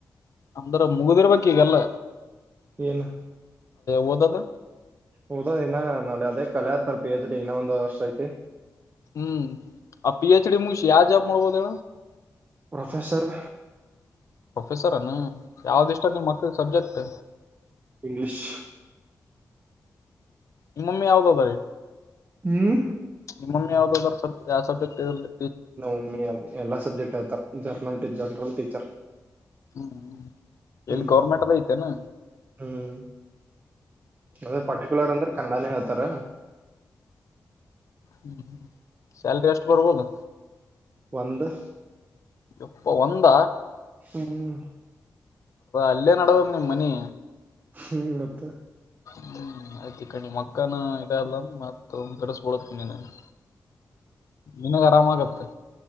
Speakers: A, on the left; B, on the right.
A: ಅಂದ್ರ ಮುಗ್ದಿರ್ಬೇಕಕ್ ಈಗಲ್ಲ
B: ಏನು
A: ವದ
B: ಹದ್ ಇನ್ನ ನೋಡ ಅದೇ ಕಲೆತಾರ ಪಿ ಎಚ್ ಡಿ ಇನ್ನ ಒಂದ ವಷ್ಟ ಐತಿ
A: ಹ್ಮ್ ಆ ಪಿ ಎಚ್ ಡಿ ಮುಗಿಸಿ ಯಾವ ಜಾಬ್ ಮಾಡ್ಬೋದ
B: ಪ್ರೊಫೆಸರ್
A: ಪ್ರೊಫೆಸರನು ಯಾವ್ದ ಇಷ್ಟ ನಿಮ್ ಮಕ್ಳ ಸಬ್ಜೆಕ್ಟ್
B: ಇಂಗ್ಲಿೀಷ್
A: ಮಮ್ಮಮ್ಮಿ ಅವವು ಬಬ ರೀ
B: ಹ್ಮ್
A: ನಿಮ್ಮೊ ಯಾವ್ದದಾದ್ರ ಸ ಯಾವ ಸಬ್ಜೆಟ್ ಇಲ್ಲಿ
B: ಒಮ್ಮಿ ಅ ಎಲ್ಲಾ ಸಬ್ಜೆಕ್ಟ್ ಹೇತಾರ ಜರ್ನಲ್ ಜರ್ನರಲ್ ಟೀಚರ್
A: ಹ್ಮ್
B: ಹ್ಮ್
A: ಎಲ್ಲಿ ಗೌರ್ಮೆಂಟ್ದ ಐತೆನಾ
B: ಹ್ಮ್ ಅದ ಪರ್ಟಿಕ್ಯುಲರ್ ಅಂದ್ರೆ ಕನ್ನಡಾನೇ ಹತಾರ
A: ಹ್ಮ ಶಲ್ರಿ ಅಷ್ಟು ಬರ್ಬೋದು
B: ಒಂದು
A: ಇಪ್ಪ ಒಂದ
B: ಹ್ಮ್
A: ಅಲ್ಲೇ ನಡದದ್ ನಿಮ್ ಮನಿ
B: ಹ್ಮ್ ಮತ್ತ
A: ಹ್ಮ್ ಆಯ್ತಿ ಕಣಿ ಮಕ್ಕನ ಇದ ಅಲ್ಲ ಮತ್ತ ಬಿಡಸ್ಬಳೋದ ಕಣಿ ನನಗೆ ನಿಿನಗ್ ಆರಾಮಾಗತ್ತೆ